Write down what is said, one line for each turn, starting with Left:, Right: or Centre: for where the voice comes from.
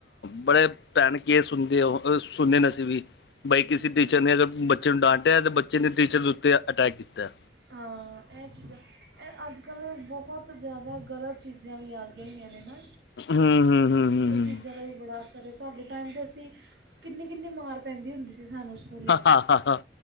Left: ਬੜੇ ਭੈਣ ਕਿ ਸੁਣਦੇ ਉਹ ਸੁਣਦੇ ਅਸੀਂ ਵੀ ਬਾਈ ਕਿਸੇ ਟੀਚਰ ਨੇ ਬੱਚੇ ਨੂੰ ਡਾਂਟਿਆ ਤੇ ਬੱਚੇ ਨੇ ਟੀਚਰ ਦੇ ਉੱਤੇ ਅਟੈਕ ਕੀਤਾ ਐ।
Right: ਹਾਂ ਇਹ ਚੀਜ਼ਾਂ ਇਹ ਅੱਜ -ਕੱਲ੍ਹ ਬਹੁਤ ਜ਼ਿਆਦਾ ਗਲਤ ਚੀਜ਼ਾਂ ਵੀ ਆ ਗਈ ਹੋਈਆਂ ਨੇ ਨਾ।
Left: ਹੂੰ ਹੂੰ ਹੂੰ ਹੂੰ
Right: ਇਹ
Left: ਹੂੰ
Right: ਚੀਜਾਂ ਜਦਾ ਵੀ ਬੜਾ ਅਸਰ ਸਾਡੇ ਟਾਈਮ ਤਾਂ ਅਸੀਂ ਕਿੰਨੀ ਕਿੰਨੀ ਮਾਰ ਪੈਂਦੀ ਹੁੰਦੀ ਸੀ ਸਾਨੂੰ ਸਕੂਲਾਂ ਚੋਂ,
Left: ਹਾਂ